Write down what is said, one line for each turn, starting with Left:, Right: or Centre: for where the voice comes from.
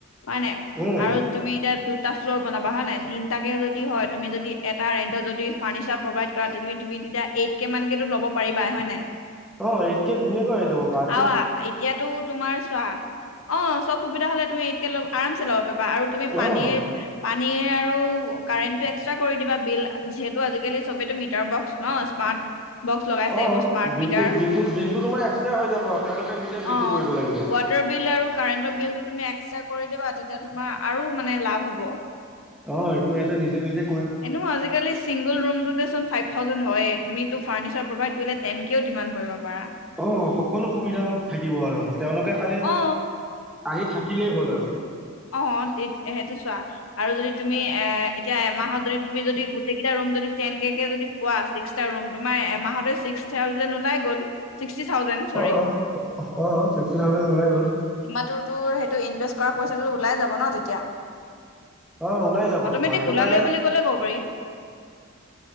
Left: হয় নাই
Centre: উম
Left: আৰু তুমি এতিয়া দু টা ফ্ল'ৰ বনাবা হয় নাই তিনটা কে যদি হয় তুমি যদি এটা ৰেন্টত যদি ফাৰ্ণিচাৰ প্ৰভাইড কৰা তুমি তেতিয়া এইট কে মান কেটো ল'ব পাৰিবা হয় নাই।
Centre: অ এইতকে ধুনীয়াকৈ হৈ যাব বাট
Left: অহ এতিয়াতো তোমাৰ চোৱা অ চব সুবিধা হ'লে তুমি ইটকে লব আৰামছে ল'ব পাৰা বা আৰু তুমি পানীৰ
Centre: অ
Left: পানী আৰু কাৰেণ্টটো এক্সট্ৰা কৰি দিবা বিল যিহেতু আজিকালি মিটাৰ বক্স ন স্মাৰ্ট বক্স লগাইছে
Centre: অ
Left: এইবোৰ স্মাৰ্ট
Centre: বিলটো
Left: মিটাৰ
Centre: বিলটো বিলটো তোমাৰ এক্সট্ৰা তেওঁলোকে নিজে বিলটো
Left: অ',
Centre: কৰিব লাগিব।
Left: ৱাটাৰ বিল আৰু কাৰেণ্টৰ বিলটো তুমি এক্সট্ৰা কৰি দিবা তেতিয়া তোমাৰ আৰু মানে লাভ হ'ব।
Centre: অ', এইটো সতে নিজে-নিজে
Left: এনেও আজিকালি চিংগুল ৰুমটোতে চোন ফাইভ থাউজেড লয়। তুমি টো ফাৰণিচাৰ প্ৰভাইড কৰিলে তেনকেও ডিমাণ্ড কৰিব। পাৰা
Centre: অ সকলো সুবিধা থাকিব আৰু তেওঁলোকে খালি
Left: অ',
Centre: আহি থাকিলেই হ'ল আৰু।
Left: অ', সেইটো চোৱা আৰু যদি তুমি এ এতিয়া এমাহত যদি তুমি যদি গোটেই কেইটা ৰুম যদি টেন কে কে যদি পোৱা ৰুম তোমাৰ এমাহতে ছিক্স থাউজেণ্ড ওলাই গ'ল। ছিক্সটি থাউজেণ্ড চৰৰি
Centre: অ অ ছিক্সটি থাউজেণ্ড ওলাই গ'ল
Left: তোমাৰ তো তোওৰ কৰা পছে <unintelligible> ত ওলাই যাব ন তেতিয়া
Centre: অ ওলাই যাব
Left: অটমেটিক
Centre: তোমাৰ এইটো
Left: ওলালে
Centre: কাৰণে
Left: বুলি কলে কব পাৰি।